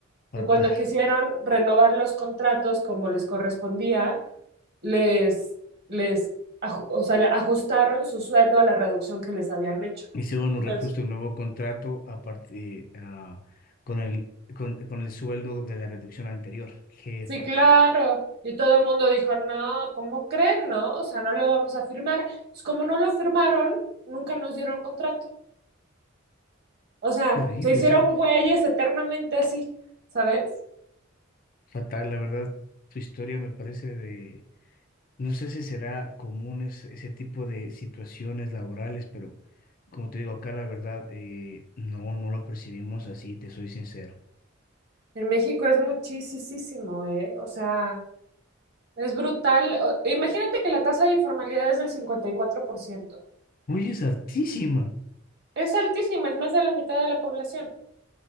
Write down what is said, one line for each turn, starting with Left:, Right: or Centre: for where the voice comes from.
Left: fatal.
Right: Y cuando quisieron renovar los contratos como les correspondía, les, les, aju- o sea, le ajustaron su sueldo a la reducción que les habían hecho.
Left: Hicieron
Right: Entonces,
Left: un reajuste, un nuevo contrato a partir, ah, con el, con, con el sueldo de la reducción anterior. Qué
Right: sí,
Left: fatal.
Right: claro. Y todo el mundo dijo, no, ¿cómo creen, no? O sea, no lo vamos a firmar. Pues como no lo firmaron, nunca nos dieron contrato. O sea,
Left: Terrible,
Right: se hicieron
Left: o sea,
Right: güeyes eternamente así, ¿sabes?
Left: fatal, la verdad. Tu historia me parece de No sé si será común es- ese tipo de situaciones laborales, pero como te digo acá, la verdad, eh, no, no lo percibimos así, te soy sincero.
Right: En México es muchísimo, ¿eh? O sea... Es brutal. O- Imagínate que la tasa de informalidad es del cincuenta y cuatro por ciento
Left: Oye, es hartísima.
Right: Es altísima, es más de la mitad de la población.